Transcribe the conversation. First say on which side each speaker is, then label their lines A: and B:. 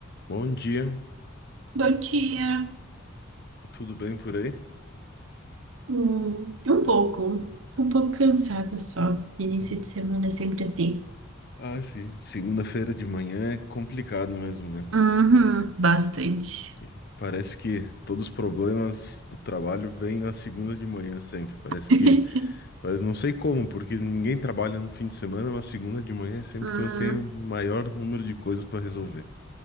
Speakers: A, on the left (about 55°); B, on the right (about 75°).
A: Bom dia,
B: Bom dia.
A: tudo bem por aí?
B: Hum, um pouco. Tô um pouco cansada só. Início
A: Uhum.
B: de semana é sempre assim.
A: Ah, sim. Segunda-feira de manhã é complicado mesmo, né?
B: Uhum, bastante.
A: Que parece que todos os problemas do trabalho vêm na segunda de manhã sempre. Parece
B: <laughs>
A: que, parece, não sei como, porque ninguém trabalha no fim de semana, mas segunda de manhã é sempre
B: Hum,
A: quando tem o maior número de coisas para resolver.